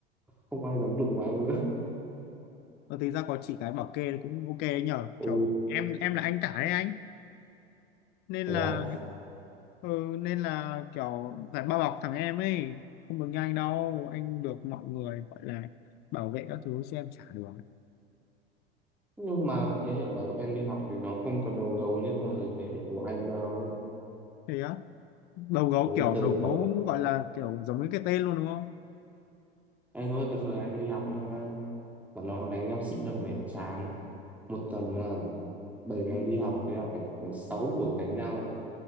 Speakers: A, in the centre; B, on the left.
A: không ai dám đụng vào anh nữa
B: ờ, tính ra có chị gái bảo kê cũng ok đấy nhở
A: <laughs>
B: kiểu
A: ồ
B: em em là anh cả đấy anh nên
A: thế
B: là
A: á
B: ừ, nên là kiểu phải bao bọc thằng em ấy không được như anh đâu anh được mọi người gọi là bảo vệ các thứ chứ em chả được ấy.
A: nhưng mà thế hệ của bọn em đi học thì nó không có đầu gấu như thời thế hệ của anh đâu
B: thế á đầu gấu
A: ừ
B: kiểu
A: thời
B: đầu
A: bọn
B: gấu gọi là kiểu giống như cái tên luôn đúng không
A: em không biết cái thời anh đi học nha bọn nó đánh nhau sứt đầu mẻ chán một tuần là bảy ngày đi học thì là phải có sáu buổi đánh nhau